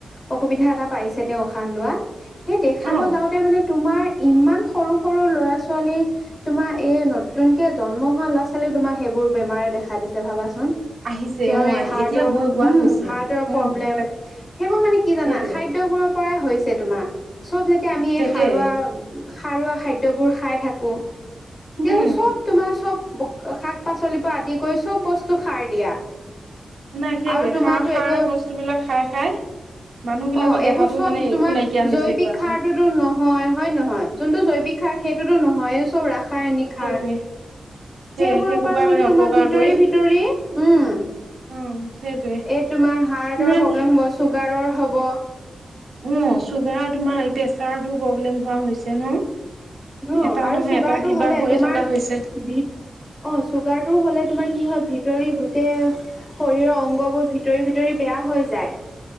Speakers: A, on the left (about 35°); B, on the right (about 70°).
A: অসুবিধা এটা পাইছে তেওঁ উশাহ ৱাত সেই দেখাব
B: অ
A: যাওঁতে মানে তোমাৰ ইমান সৰু সৰু ল'ৰা -ছোৱালীৰ তোমাৰ এই ন নতুকে জন্ম হোৱা ল'ৰা ছোৱালীক তোমাৰ সেইবোৰ বেমাৰে দেখা দিছে ভাবাচোন।
B: আহিছে
A: তেওঁ
B: অ
A: হাৰ্টৰ
B: এতিয়া হৈ হোৱা
A: উম
B: হৈছে
A: হাৰ্টৰ
B: উম
A: প্ৰব্লেম।
B: তাকে
A: সেইবোৰ মানে কি জানা
B: সেইটোৱে
A: খাদ্যবোৰৰ পৰাই হৈছে তোমাৰ চব যেতিয়া আমি এই
B: তাকে
A: সাৰুৱা সাৰুৱা খাদ্যবোৰ খাই থাকো দে
B: উম
A: তমাৰ চব শাক পাচলিৰ পৰা আদি কৰি চব বস্তু সাৰ দিয়া।
B: নাই সেইটোৱে
A: আৰু তোমাৰতো
B: সাৰ - খাৰ
A: এইটো
B: বস্তুবলাক খাই - খাই মানুহ বিলাকৰ
A: অ'
B: দেহাটো
A: এইবোৰ চব
B: মানে
A: তোমাৰ
B: একো নাইকিয়া হৈছে
A: জৈৱিক
B: গৈ আকৌ
A: সাৰটোতো নহয় হয়ে নহয় যোনটো জৈৱিক সাৰ সেইটোতো নহয় এইটো চব ৰাসায়নিক
B: সেইটোৱে
A: সাৰ।
B: সেই
A: সেইবোৰৰ
B: সেই সোপাই
A: পৰা মানে
B: অপকাৰ
A: তোমাৰ ভিতৰি
B: কৰি
A: ভিতৰি উম
B: অ সেইটোৱে
A: এই তোমাৰ হাৰ্টৰ
B: নাই
A: প্ৰব্লেম
B: দিয়া
A: হ'ব চুগাৰৰ হ'ব।
B: অ চুগাৰ তোমাৰ প্ৰেছাৰটো প্ৰব্লেম হোৱা হৈছে ন?
A: অ'
B: এটা
A: আৰু
B: নহয়
A: চুগাৰটো
B: এটা কিবা
A: হ'লে
B: হৈয়ে
A: তোমাৰ
B: থকা হৈছে
A: ভি চুগাৰটো হ'লে তোমাৰ কি হয় ভিতৰি গোটেই শৰীৰৰ অংগবোৰ ভিতৰি ভিতৰি বেয়া হৈ যায়।